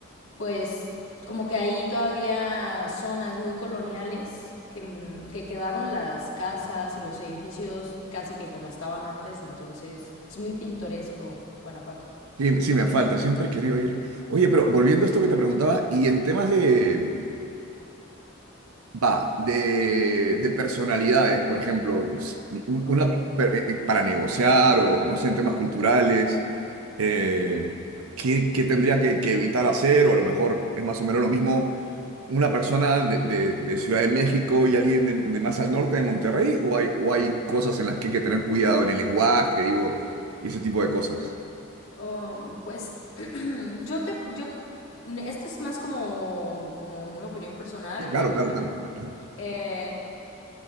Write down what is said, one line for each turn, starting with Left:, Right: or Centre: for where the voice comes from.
Left: pues como que hay todavía zonas muy coloniales que, que quedaron las casas y los edificios casi que como estaban antes, entonces es muy pintoresco Guanajuato.
Right: Sí, sí, me falta. Siempre he querido ir. Oye, pero volviendo a esto que te preguntaba, y en temas de, Va, de, de personalidades, por ejemplo, s- un-
Left: Ok.
Right: una, per- eh, eh, para negociar o no sé, en temas culturales, eh, ¿qué, qué tendría que, que evitar hacer? O a lo mejor es más o menos lo mismo una persona de, de- de Ciudad de México y alguien de, de más al norte de Monterrey, o hay, o hay cosas en las que hay que tener cuidado en el lenguaje, digo, y ese tipo de cosas.
Left: Um, pues <clears throat> yo te, yo, este es más como, como una opinión personal,
Right: Sí,
Left: realmente
Right: claro, claro, claro,
Left: no.
Right: claro.
Left: Eh,